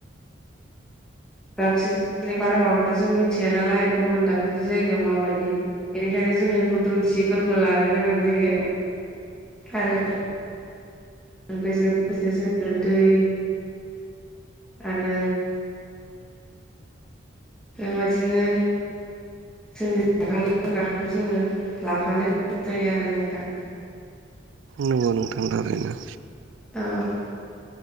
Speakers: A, in the centre; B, on the right (about 80°).
A: दाबसे जायगानि बारहावाखौथ' जों मिथिया नालाय गुबुन दाबसे जायगायाव माबायदि बेनिखायनो जोङो गुदुंसि फोरबो लानो गोनां जायो आरो बेजों लोगोसे जोङो दै आरो बेबादिनो जोंनि जाग्रा लोंग्राखौ जोङो लाफानो गोनां जायो आरो नोंथां
B: नंगौ नोंथां थारैनो
A: औ